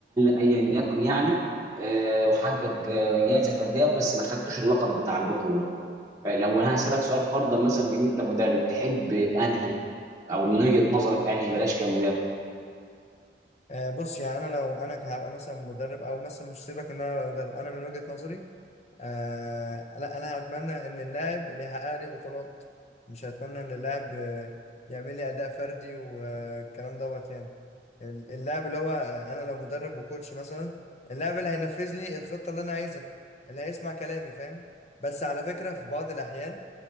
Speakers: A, on the right (about 20°); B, on the left (about 35°).
A: ايا يكن يعني آه، وحقق آه، جائزه فرديه بس ما خدتوش اللقب بتاع البطوله لو انا هسالك سؤال فرضا مثلا بان انت مدرب تحب انهي او من وجهه نظرك انهي بلاش كمدرب
B: آه، بص يعني انا لو انا هبقى مثلا مدرب او مثلا مش سيبك ان انا أبقى مدرب انا من وجهة نظري آه لا انا هتمنى ان اللاعب اللي يحقق لي بطولات مش هتمنى ان اللاعب آه، يعمل لي اداء فردي والكلام دوت يعني ال- اللاعب اللي هو آه، انا لو مدرب وكوتش مثلا اللاعب اللي هينفذ لي الخطة اللي انا عايزها اللي هيسمع كلامي فاهم بس على فكرة في بعض الاحيان